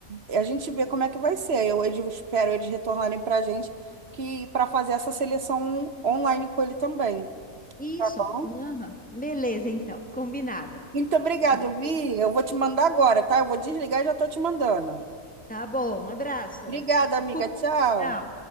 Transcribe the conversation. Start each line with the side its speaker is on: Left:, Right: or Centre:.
Right: a gente vê como é que vai ser. Aí Eu, eu espero eles retornarem para a gente que para fazer essa seleção online com ele também.
Centre: isso,
Right: Tá bom?
Centre: aham. Beleza, então, combinado.
Right: Muito obrigado,
Centre: Eu
Right: Vi.
Centre: vou-
Right: Eu vou te mandar agora, tá? Eu vou desligar e já tô te mandando.
Centre: Tá bom, um abraço,
Right: Obrigada,
Centre: se
Right: amiga.
Centre: cuida.
Right: Tchau.
Centre: tchau.